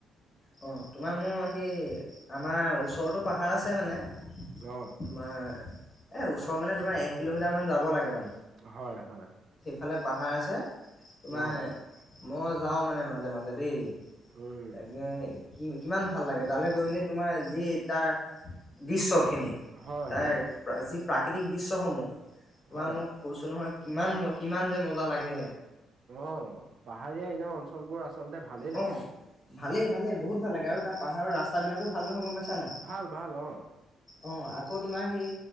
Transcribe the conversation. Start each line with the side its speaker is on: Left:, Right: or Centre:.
Left: অ' তোমাৰ মোৰ সেই আমাৰ ওচৰতো পাহাৰ আছে মানে তোমাৰ
Right: অ
Left: এ ওচৰ মানে তোমাৰ এক কিলোমিটাৰ মান যাব লাগে মানে।
Right: হয়, হয়।
Left: ফালে পাহাৰ আছে। তোমাৰ
Right: অ
Left: মই যাওঁ মানে মাজে মাজে দেই।
Right: উম
Left: তাকে, কি কিমান ভাল লাগে তালৈ গৈ মানে তোমাৰ যি তাৰ দৃশ্যখিনি,
Right: হয়
Left: তাৰ
Right: হয়
Left: যি প্ৰাকৃতিক দৃশ্যসমূহ। বা
Right: হয়
Left: মই কৈছো নহয় কিমান ম কিমান যে মজা লাগে।
Right: অ, পাহাৰীয়া এনে অঞ্চলবোৰ আচলতে ভালেই
Left: অ
Right: লাগে।
Left: ভালেই, ভালেই, বহুত ভাল লাগে। আৰু তাৰ পাহাৰৰ ৰাস্তা বিলাকো ভাল নহয়। গম পাইছা নাই
Right: ভাল ভাল অ'।
Left: অ, আকৌ তোমাৰ সেই